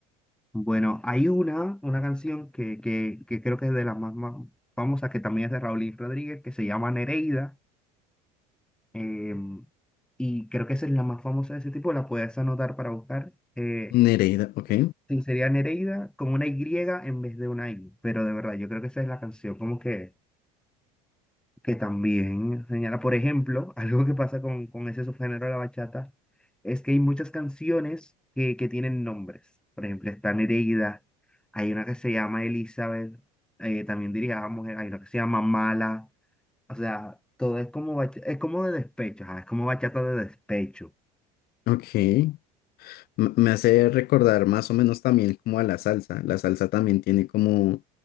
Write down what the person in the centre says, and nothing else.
Bueno, hay una, una canción que, que, que creo que es de las más, más famosas, que también es de Raúl y Rodríguez, que se llama Nereida. em, y creo que esa es la más famosa de ese tipo, la puedes anotar para buscar. Eh,
sí, sería Nereida con una Y en vez de una I. Pero de verdad, yo creo que esa es la canción como que que también señala, por ejemplo, <laughs> algo que pasa con, con ese subgénero de la bachata, es que hay muchas canciones que, que tienen nombres. Por ejemplo, está Nereida, hay una que se llama Elizabeth, eh, también diría mujer, hay una que se llama Mala, o sea, todo es como, bacha- es como de despecho, ajá, es como bachata de despecho.